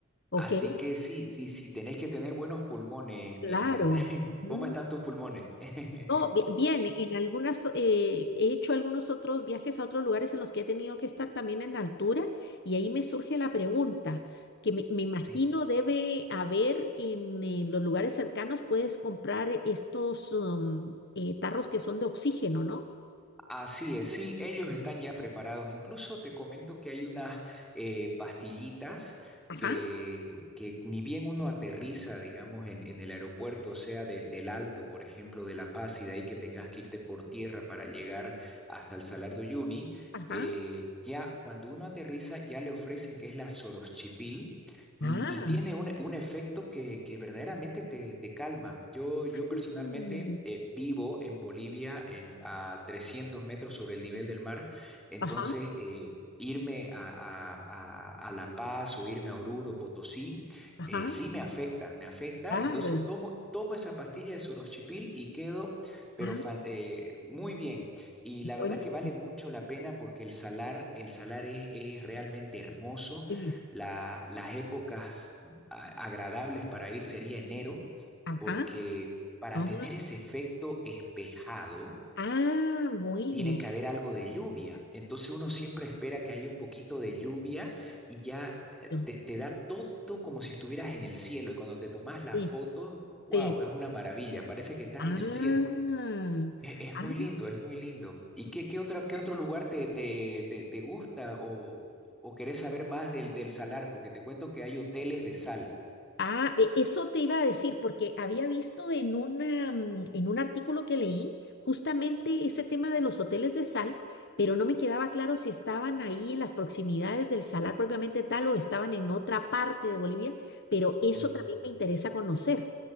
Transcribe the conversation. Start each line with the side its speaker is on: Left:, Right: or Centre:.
Left: ok,
Centre: así que sí, sí, sí, tenés que tener buenos pulmones,
Left: claro.
Centre: Mirza. <laughs>
Left: Mm.
Centre: ¿Cómo están tus pulmones? <laughs>
Left: No, bi- bien, en algunas, eh, he hecho algunos otros viajes a otros lugares en los que he tenido que estar también en altura y ahí me surge la pregunta, que me,
Centre: Sí.
Left: me imagino debe haber en, eh, los lugares cercanos, puedes comprar estos um, eh, tarros que son de oxígeno, ¿no?
Centre: Así es, sí, ellos están ya preparados. Incluso te comento que hay unas eh, pastillitas
Left: Ajá,
Centre: que, que ni bien uno aterriza, digamos, en, en el aeropuerto, o sea, del del Alto, por ejemplo, de La Paz, y de ahí que tengas que irte por tierra para llegar hasta el Salar de Uyuni,
Left: ajá,
Centre: eh, ya cuando uno aterriza ya le ofrecen que es la Soroschipil y,
Left: ah,
Centre: y tiene un, un efecto que, que verdaderamente te, te calma. Yo, yo personalmente
Left: mm,
Centre: eh, vivo en Bolivia en, a 300 metros sobre el nivel del mar, entonces
Left: ajá,
Centre: eh, irme a, a- a- a La Paz o irme a Oruro, Potosí,
Left: ajá,
Centre: eh, sí me afecta, me afecta.
Left: claro,
Centre: Entonces tomo, tomo esa pastilla de soroxipil y quedo, pero
Left: ah,
Centre: fan- eh, muy bien. Y la verdad
Left: buenísimo,
Centre: que vale mucho la pena porque el salar, el salar es, es realmente hermoso
Left: sí,
Centre: la- las épocas mm, a- agradables para ir sería enero,
Left: ajá,
Centre: porque para
Left: ah,
Centre: tener ese efecto espejado,
Left: ah, bueno.
Centre: tiene que haber algo de lluvia. Entonces uno siempre espera que haya un poquito de lluvia y ya eh,
Left: Exacto,
Centre: te, te da todo como si estuvieras en el cielo. Y cuando te tomas la
Left: sí,
Centre: foto, wow,
Left: sí.
Centre: es una maravilla, parece que estás
Left: Ah,
Centre: en el cielo. E- Es
Left: ah,
Centre: muy lindo, es muy lindo. ¿Y qué, qué otra, qué otro lugar te, te, te, te gusta o, o querés saber más del, del salar? Porque te cuento que hay hoteles de sal.
Left: ah, e- eso te iba a decir, porque había visto en una, mm, en un artículo que leí justamente ese tema de los hoteles de sal, pero no me quedaba claro si estaban ahí en las proximidades del salar propiamente tal o estaban en otra parte de Bolivia, pero eso
Centre: Mm,
Left: también me interesa conocer.